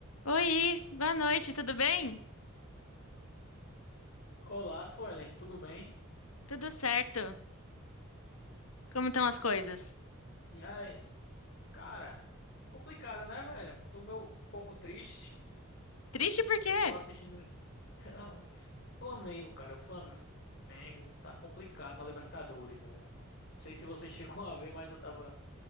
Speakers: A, on the left; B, on the left.
A: Oi, boa noite, tudo bem?
B: Olá, Suelen, tudo bem?
A: Tudo certo. Como estão as coisas?
B: E aí, cara, complicada, né, velho? Tô meio um pouco triste.
A: Triste por quê?
B: Tava assistindo <laughs> Flamengo, cara. O Flamengo tá complicado na Libertadores, velho. Não sei se você <laughs> chegou a ver, mas eu tava,